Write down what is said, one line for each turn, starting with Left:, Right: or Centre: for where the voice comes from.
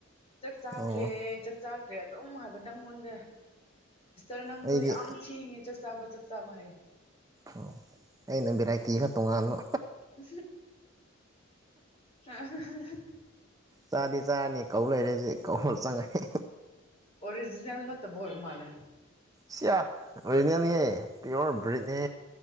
Left: ꯆꯥꯛ ꯆꯥꯈ꯭ꯔꯦ
Right: ꯑꯣ
Left: ꯆꯥꯛ ꯆꯥꯈ꯭ꯔꯦ ꯑꯗꯨꯝ ꯍꯥꯏꯕ ꯅꯪꯉꯣꯟꯗ ꯔ ꯅꯪꯗꯣ
Right: ꯑꯩꯗꯤ
Left: ꯌꯥꯝ ꯊꯦꯡꯉꯦ ꯆꯛꯆꯥꯕ ꯆꯛꯆꯥꯕ ꯍꯥꯏ
Right: ꯑꯣ ꯑꯩꯅ ꯚꯦꯔꯥꯏꯇꯤꯒ ꯇꯣꯉꯥꯟꯕ
Left: ꯎ <inaudible> <unintelligible>
Right: ꯆꯥꯗꯤ ꯆꯥꯔꯅꯤ ꯀꯧ ꯂꯩꯔꯦꯁꯦ ꯀꯧ ꯆꯪꯉꯅꯤ
Left: ꯑꯣꯔꯤꯖꯤꯅꯜ ꯅꯠꯇꯕ ꯑꯣꯏ ꯃꯥꯂꯦ
Right: ꯁꯤꯌꯥ ꯑꯣꯔꯤꯖꯤꯅꯦ ꯅꯦꯍꯦ ꯄꯤꯌꯣꯔ ꯕ꯭ꯔꯤꯠ ꯅꯦ